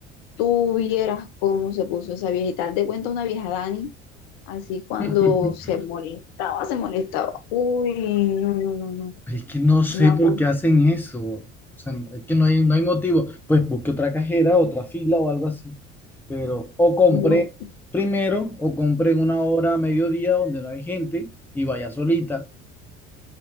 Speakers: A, on the left; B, in the centre.
A: Tú vieras cómo se puso esa viejita. Haz de cuenta una vieja Dani, así
B: <laughs>
A: cuando
B: Pero
A: se molestaba, se molestaba. Uy, no, no, no, no.
B: es que no sé
A: Una
B: por
A: cosa,
B: qué hacen eso. O sea, no- es que no hay, no hay motivo. Pues busque otra cajera, otra fila o algo así. Pero, o compré
A: no.
B: primero, o compré en una hora a mediodía donde no hay gente y vaya solita. <laughs>